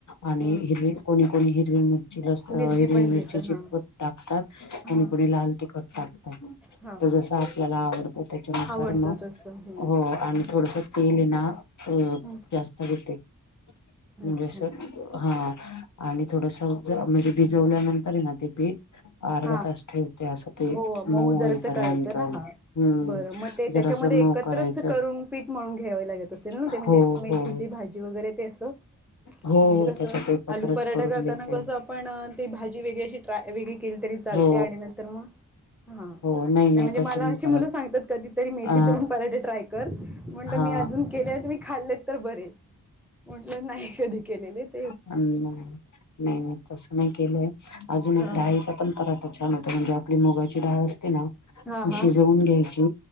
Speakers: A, on the left; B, in the centre.
A: आणि
B: हम्म
A: हिरवी कोणी कोणी हिरवी मिरची लस हिरवी
B: मिरची पण
A: मिरचीची
B: घेत हा
A: टाकतात कोणी
B: हा
A: कोणी लाल तिखट टाकतात.
B: हा
A: तर जस आपल्याला आवडतं त्याच्या नुसार
B: आवडतं
A: म
B: तसं हम्म
A: हो आणि थोडसं. तेल ना अ
B: हम्म
A: जास्त घेते म्हणजे
B: अच्छा
A: स हा आणि थोडस म्हणजे अं भिजवल्यानंतर ये ना ते पीठ अर्धा
B: हा
A: तास ठेवते असं ते
B: हो
A: मऊ
B: जर
A: होईपर्यंत
B: असं करायचं ना हा
A: हम्म.
B: बरं मग ते
A: जरासं
B: त्याच्यामध्ये
A: मऊ
B: एकत्रच
A: करायचं
B: करून पीठ मळून घ्यावे लागत असेल ना
A: हो
B: ते म्हणजे मेथीची
A: हो
B: भाजी वगैरे. ते असं.
A: हो.
B: म्हणजे
A: त्याच्यात एकत्रच
B: आलू पराठा
A: करून
B: करताना
A: घेते
B: कसं आपण ती भाजी वेगळी अशी ट्राय वेगळी केली तरी चालते
A: हो
B: आणि नंतर मग हं
A: हो
B: नाही म्हणजे
A: तसं
B: मला
A: नाही
B: अशी
A: करत
B: मुलं सांगतात कधीतरी मेथीचे
A: अ
B: पण पराठे ट्राय कर म्हटलं
A: हा
B: मी अजून केले नही तुमी खाल्लेत तर बरे म्हटलं नाही कधी केलेलेत.
A: नाही नाही नाही तसं नाही केलंय अजून एक
B: हा
A: दहाचा पण परत. छान होत म्हणजे आपली मुगाची डाळ असते ना ती
B: हा हा
A: शिजवून घ्यायची